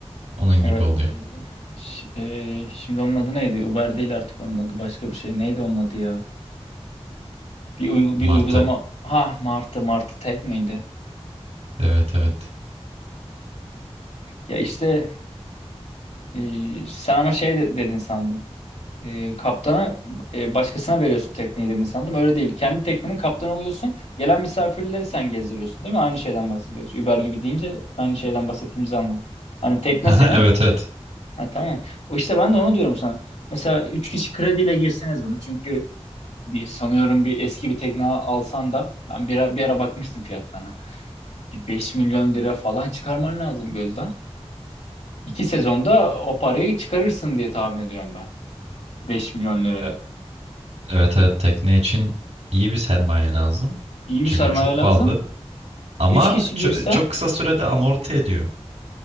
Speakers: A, on the right; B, on the left.
A: Onun gibi
B: evet
A: oluyor.
B: e, ş- e, şimdi onun adı neydi? Uber değil artık onun adı başka bir şey. Neydi onun adı ya? Bir, uy- bir
A: Martı.
B: uygulama ha Martı Martı tek miydi?
A: Evet evet.
B: Ya işte e, sen ama şey de- dedin sandım. E, kaptana e, başkasına veriyorsun tekneyi dedin sandım. Öyle değil. Kendi teknenin kaptanı oluyorsun. Gelen misafirleri sen gezdiriyorsun değil mi? Aynı şeyden bahsediyoruz. Uber gibi deyince aynı şeyden bahsettiğimizi anladım. Hani
A: <laughs>
B: tekne
A: Haha,
B: senin
A: Evet evet.
B: Ha tamam. O işte ben de onu diyorum sana. Mesela 3 kişi krediyle girseniz bunu. Çünkü bir, sanıyorum bir eski bir tekne alsan da ben bir, ara- bir ara bakmıştım fiyatlarına. Bir beş milyon lira falan çıkarman lazım gözden. iki sezonda o parayı çıkarırsın diye tahmin ediyorum ben. beş milyon
A: Ya,
B: lirayı.
A: e- evet evet tekne için iyi bir sermaye lazım.
B: İyi
A: Çünkü
B: bir sermaye
A: çok
B: lazım.
A: pahalı. Ama
B: üç kişi
A: ço-
B: girse
A: çok kısa sürede amorti ediyor.